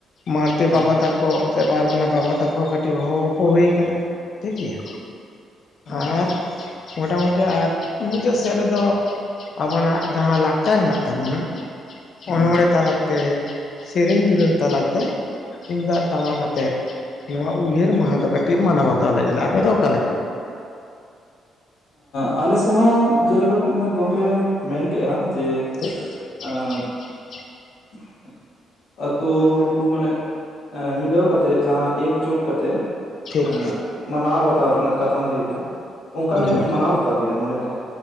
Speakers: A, on the left (about 55°); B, on the left (about 80°).
A: ᱢᱟᱨᱛᱮ
B: ᱦᱮᱸ
A: ᱵᱟᱵᱟ ᱛᱟᱠᱚ ᱠᱚ ᱥᱮ ᱯᱟᱨᱜᱟᱱᱟ ᱵᱟᱵᱟ ᱛᱟᱠᱚ ᱠᱟᱹᱴᱤᱡ ᱦᱚᱦᱚ ᱦᱚᱯᱚ ᱦᱩᱭ ᱠᱟᱱᱟ ᱴᱷᱤᱠ ᱜᱮᱭᱟ
B: ᱦᱩᱸ
A: ᱟᱨ ᱢᱳᱴᱟᱢᱩᱴᱤ ᱟᱨ ᱢᱩᱪᱟᱹᱫ ᱥᱮᱫ ᱨᱮᱫᱚ ᱟᱵᱚᱱᱟᱜ ᱡᱟᱦᱟᱸ ᱞᱟᱠᱪᱟᱨ ᱦᱮᱱᱟᱜ ᱛᱟᱵᱚᱱᱟ
B: ᱦᱩᱸ
A: ᱚᱱᱚᱲᱬᱦᱮᱸ ᱛᱟᱞᱟᱛᱮ ᱥᱮᱨᱤᱧ ᱫᱩᱨᱟᱹᱱ ᱛᱟᱞᱟᱛᱮ ᱛᱩᱢᱫᱟᱜ ᱴᱟᱢᱟᱠᱟᱛᱮᱫ ᱱᱚᱣᱟ ᱩᱭᱦᱟᱹᱨ ᱢᱟᱦᱟ ᱫᱚ ᱠᱟᱹᱴᱤᱡ ᱢᱟᱱᱟᱣ ᱵᱟᱛᱟᱣ ᱞᱟᱹᱜᱤᱫ ᱟᱯᱮᱫᱚ ᱚᱠᱟᱞᱮᱠᱟ
B: ᱟᱞᱮ ᱥᱮ ᱦᱚᱸ ᱡᱮᱞᱮᱠᱟᱹᱜ ᱜᱚᱝᱠᱮ ᱢᱮᱱ ᱠᱮᱜᱼᱟ ᱡᱮ
A: ᱴᱷᱤᱠ
B: ᱟᱸ
A: <inaudible>
B: <inaudible> ᱟᱛᱳ ᱦᱚᱲ ᱠᱚ ᱢᱟᱱᱮ ᱢᱤᱞᱟᱹᱣ ᱠᱟᱛᱮᱜ ᱡᱟᱦᱟᱸ ᱮᱠ ᱡᱳᱴ ᱠᱟᱛᱮ
A: ᱴᱷᱤᱠ
B: ᱮ ᱢᱟᱱᱟᱣ ᱵᱟᱛᱟᱣ ᱨᱮᱱᱟᱜ ᱠᱟᱛᱷᱟᱢ ᱞᱟᱹᱭ ᱠᱮᱜᱼᱟ ᱚᱱᱠᱟᱞᱮ
A: ᱦᱩᱸ
B: ᱢᱟᱱᱟᱣ ᱵᱟᱛᱟᱣ ᱜᱮᱭᱟ ᱱᱚᱸᱰᱮ ᱦᱚᱸ